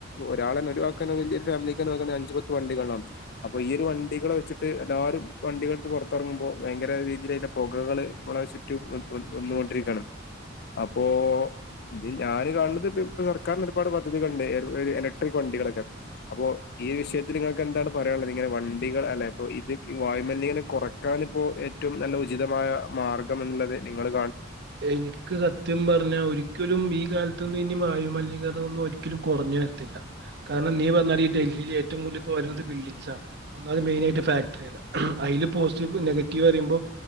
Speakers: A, on the left; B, on the right.
A: ഒ രാളെന്നെ ഒഴിവാക്കാണെങ്കി വല്ല്യരു ഫാമിലിക്കന്നെ നോക്കാണെകില് അഞ്ചുപത്തു വണ്ടികളാവും അപ്പൊ ഈ ഒരുവണ്ടികള വെച്ചിട്ട് എല്ലാരും വണ്ടികൾക്ക് പൊറത്തറങ്ങുമ്പോ ഭയങ്കര രീതിലയിൻ്റെ പുകകള് മ്മളവ്ശ് റ്റു വ് വ്
B: ഉം,
A: വന്നോണ്ടിരിക്കാണ്
B: അത്
A: അപ്പോ ഇജ് ഞാന് കാണുന്നത് ഇപ്പോ പ്പോ സർക്കാരിനൊരുപാട് പദ്ധതികണ്ട് ഏതോ ഏതെ എല <unintelligible> ക്ക് വണ്ടികളൊക്കെ അപ്പോ ഈ വിഷയത്തിൽ ഇങ്ങക്ക് എന്താണ് പറയാനുള്ളത് ഇങ്ങനെ വണ്ടികൾ അല്ല ഇപ്പോ ഇത് ഈ വാ യ് മലിനീകരണ കുറക്കാനിപ്പോ ഏറ്റം നല്ല ഉചിതമായ മാർഗ്ഗം എന്നുള്ളത് നിങ്ങള്
B: എനിക്ക് സത്യം പറഞ്ഞാ ഒരിക്കലും ഈ കാൽത്തന്നും ഇനി വായു മലിനീകരണം ഒന്നും ഒരിക്കലും കൊറഞ്ഞു വരുത്തില്ല. കാരണം നീ പറഞ്ഞാതിരി ഇ ഡൽഹിയില് ഏറ്റവു കൂടുതലിപ്പോ വരുന്നത് ബിൽഡിഗ്സാണ്. ഒന്നാത് മെയിനായിട്ട് ഫാക്ടറികള്. അ അയില് പോസിറ്റീവ് നെഗറ്റീവറിയുമ്പോ